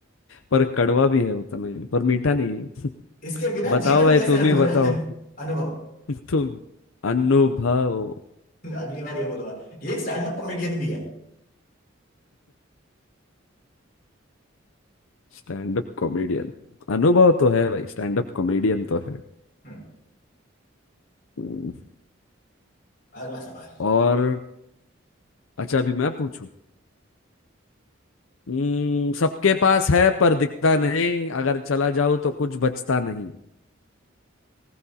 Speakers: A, on the left; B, on the left.
A: पर कड़वा भी है उतना ही पर मीठा नहीं है
B: इसके
A: <laughs>
B: बिना
A: बताओ
B: जीवन
A: भाई
B: कैसे
A: तुम
B: अधूरा
A: ही बताओ
B: है अनुभव
A: तुम Anubhav
B: अगली बार ये बोलूंगा ये एक स्टैंड अप कॉमेडियन भी है
A: Stand up comedian Anubhav तो है भाई स्टैंड अप कॉमेडियन तो है
B: हम्म,
A: हम्म,
B: अगला सवाल
A: और अच्छा अभी मैं पूछूं हम्म, सबके पास है पर दिखता नहीं अगर चला जाऊं तो कुछ बचता नहीं